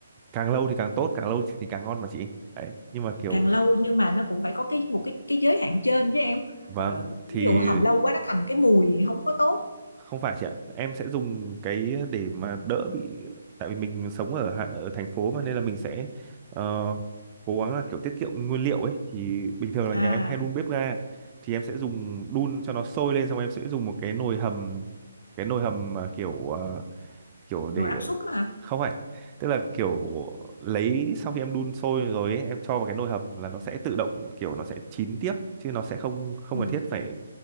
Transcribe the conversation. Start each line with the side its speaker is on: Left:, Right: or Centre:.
Right: càng lâu thì càng tốt càng lâu thì càng ngon mà chị đấy nhưng mà kiểu
Left: càng lâu nhưng mà nó cũng phải có cái một cái cái giới hạn trên chứ em
Right: vâng
Left: Ờ,
Right: thì
Left: ví dụ hầm lâu quá nó thành cái mùi không có tốt
Right: không phải chị ạ em sẽ dùng cái để mà đỡ bị tại vì mình sống ở hạ- ở thành phố mà nên là mình sẽ ờ, cố gắng là kiểu tiết kiệm nguyên liệu ấy thì bình thường là
Left: à
Right: nhà em hay đun bếp ga thì em sẽ dùng đun cho nó sôi lên xong em sẽ dùng một cái nồi hầm cái nồi hầm mà kiểu ờ, kiểu để
Left: nồi áp suất á hả
Right: không phải tức là kiểu lấy sau khi em đun sôi rồi ấy, em cho vào cái nồi hầm là nó sẽ tự động kiểu nó sẽ chín tiếp chứ nó sẽ không không
Left: ừ.
Right: cần thiết phải